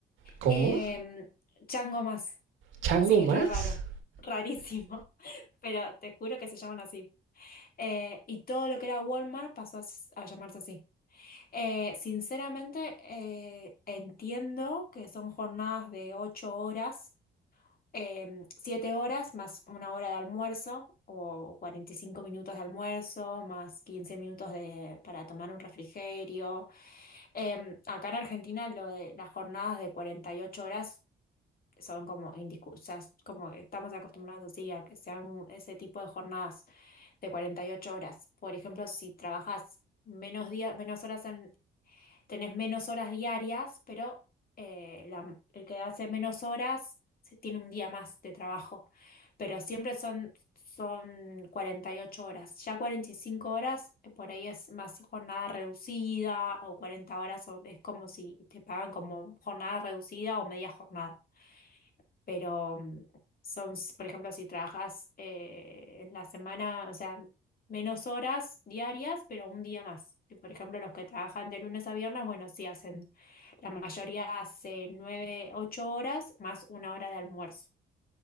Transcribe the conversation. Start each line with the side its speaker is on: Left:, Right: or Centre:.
Right: ¿Cómo?
Left: Em, Chango Más,
Right: ¿Chango
Left: sí,
Right: más?
Left: re raro, rarísimo, <laughs> pero te juro que se llaman así. Eh, y todo lo que era Walmart pasó a, s- a llamarse así. Eh, sinceramente, eh, entiendo que son jornadas de ocho horas eh, siete horas más una hora de almuerzo o 45 minutos de almuerzo más 15 minutos de, para tomar un refrigerio. Eh, acá en Argentina lo de las jornadas de 48 horas son como indiscusas, como que estamos acostumbrados así a que sean ese tipo de jornadas de 48 horas. Por ejemplo, si trabajas menos días, menos horas tenés menos horas diarias, pero eh, la- el que hace menos horas se- tiene un día más de trabajo. Pero siempre son, son 48 horas. Ya 45 horas, eh, por ahí es más jornada reducida o 40 horas, o es como si te pagan como jornada reducida o media jornada pero mm, son, s- por ejemplo, si trabajas eh, en la semana, o sea, menos horas diarias, pero un día más. Y, Por ejemplo, los que trabajan de lunes a viernes, bueno, sí hacen, la mayoría hace nueve, ocho horas más una hora de almuerzo.